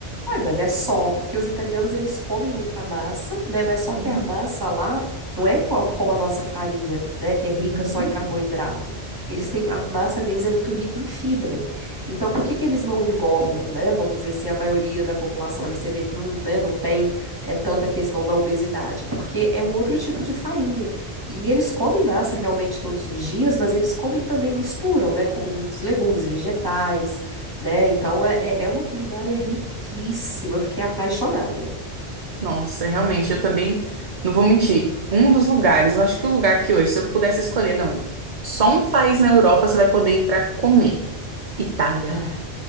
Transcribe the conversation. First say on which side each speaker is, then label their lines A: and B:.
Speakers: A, on the right; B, on the right.
A: Ai, mas é só, porque os italianos eles comem muita massa, né? Mas só que
B: Uhum,
A: a massa lá não é qual- como a nossa farinha, né? Que é rica
B: uhum.
A: só em carboidrato. Eles têm, a massa deles é muito rica em fibra. Então, por que que eles não engordam, né? Vamos dizer assim, a maioria da população ali, você vê que não, né, não tem é, tanta questão da obesidade, porque é um outro tipo de farinha. E eles comem massa realmente todos os dias, mas eles comem também, misturam, né? Comem muitos legumes, vegetais né? Então é, é é uma culinária riquíssima. Eu fiquei apaixonada.
B: Nossa, realmente, eu também não vou mentir. Um dos lugares, eu acho que o lugar que hoje, se eu pudesse escolher, não, só um país na Europa você vai poder ir para comer. Itália.
A: Ah,